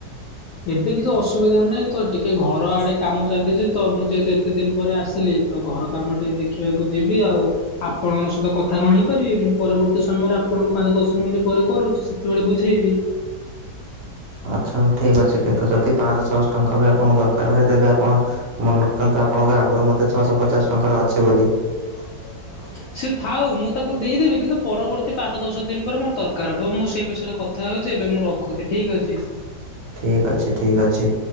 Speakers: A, on the left (about 70°); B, on the right (about 85°).
A: ଏବେ କିଛି ଅସୁବିଧା ନାହିଁ ତ ଟିକେ ଘର ଆଡେ କାମ ଚାଲିଛି ତ ମୁଁ ଯେହେତୁ ଏତେ ଦିନ ପରେ ଆସିଲି ତ ଘର କାମ ଟିକେ ଦେଖିବାକୁ ଯିବି ଆଉ ଆପଣଙ୍କ ସହିତ କଥା କଣ ହେଇପାରିବି ମୁଁ ପରବର୍ତ୍ତୀ ସମୟରେ ଆପଣଙ୍କୁ ପାଞ୍ଚ ଦଶ ମିନିଟ୍ ପରେ କରୁଚି ସେତେବେଳେ ବୁଝେଇବି
B: ଆଚ୍ଛା ଠିକ୍ ଅଛି କିନ୍ତୁ ଯଦି ପାଞ୍ଚଶହ ଛଅଶହ ଟଙ୍କା ବି ଆପଣଙ୍କୁ ଦରକାର ହୁଏ ତେବେ ଆପଣ ମନେପକାନ୍ତୁ ଆପଣଙ୍କ ଆଗରୁ ମଧ୍ୟ ଛଅଶହ ପଚାଶ ଟଙ୍କାର ଅଛି ବୋଲି।
A: <inaudible> ସେ ଥାଉ ମୁଁ ତାକୁ ଦେଇଦେବି କିନ୍ତୁ ପରବର୍ତ୍ତୀ ପାଞ୍ଚ ଦଶ ଦିନ ପରେ ମୋର ଦରକାର ହବ ମୁଁ ସେଇ ବିଷୟରେ କ କଥା ହଉଚି ଏବେ ମୁଁ ରଖୁଚି ଠିକ୍ ଅଛି।
B: ଠିକ୍ ଅଛି ଠିକ୍ ଅଛି।